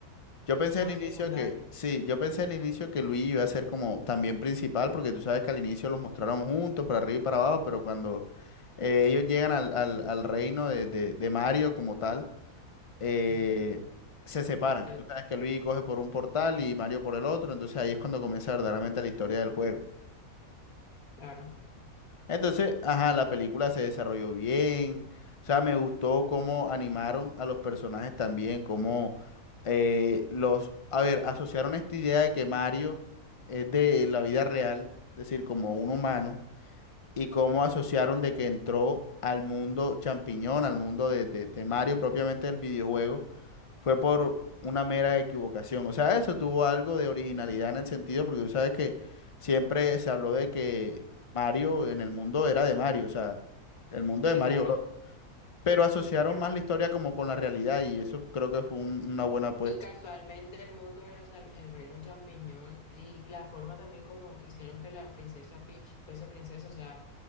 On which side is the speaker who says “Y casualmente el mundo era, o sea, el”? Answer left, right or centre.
Left